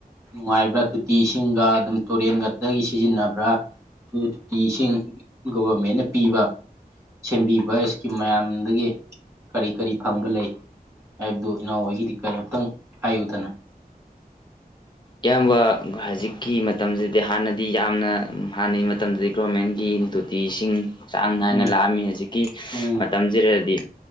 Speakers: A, on the right; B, on the left.
A: ꯅꯨꯡꯉꯥꯏꯕ꯭ꯔꯥ ꯇꯣꯇꯤ ꯏꯁꯤꯡꯒ ꯑꯗꯨꯝ ꯇꯨꯔꯦꯟꯒꯛꯇꯒꯤ ꯁꯤꯖꯤꯟꯅꯕ꯭ꯔꯥ ꯨ ꯇꯨꯇꯤ ꯏꯁꯤꯡ ꯒꯣꯚꯔꯃꯦꯟꯅ ꯄꯤꯕ ꯁꯦꯝꯕꯤꯕ ꯀꯤꯝ ꯃꯌꯥꯝꯗꯒꯤ ꯀꯔꯤ ꯀꯔꯤ ꯐꯪꯕ ꯂꯩ ꯍꯥꯏꯕꯗꯨ ꯏꯅꯥꯎ ꯍꯣꯏꯒꯤꯗꯤ ꯀꯔꯤ ꯑꯝꯇꯪ ꯍꯥꯏꯌꯨꯗꯅ
B: ꯏꯌꯥꯝꯕ ꯍꯧꯖꯤꯛꯀꯤ ꯃꯇꯝꯁꯤꯗꯤ ꯍꯥꯟꯅꯗꯤ ꯌꯥꯝꯅ ꯍꯥꯟꯅꯒꯤ ꯃꯇꯝꯗꯗꯤ ꯒꯣꯔꯃꯦꯟꯒꯤ ꯇꯤ ꯏꯁꯤꯡ ꯆꯥꯡ ꯅꯥꯏꯅ
A: ꯎꯝ
B: ꯂꯥꯛꯑꯝꯃꯤ ꯍꯧꯖꯤꯛꯀꯤ
A: ꯎꯝ
B: ꯃꯇꯝꯁꯤꯗꯗꯤ